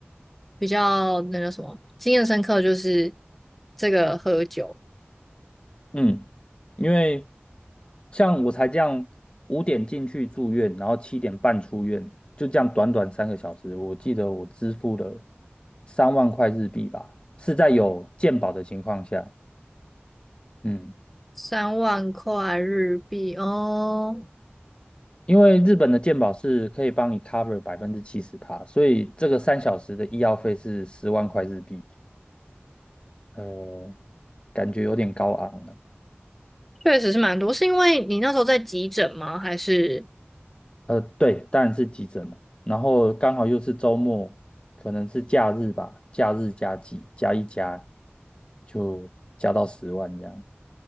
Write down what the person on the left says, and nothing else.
嗯，因为像我才这样五点进去住院，然后七点半出院，就这样短短三个小时，我记得我支付了三万块日币吧，是在有健保的情况下，嗯，
因为日本的健保是可以帮你 cover 百分之七十趴，所以这个三小时的医药费是十万块日币，呃，感觉有点高昂啊
呃，对，当然是急诊了。然后刚好又是周末，可能是假日吧，假日加急加一加，就加到十万这样。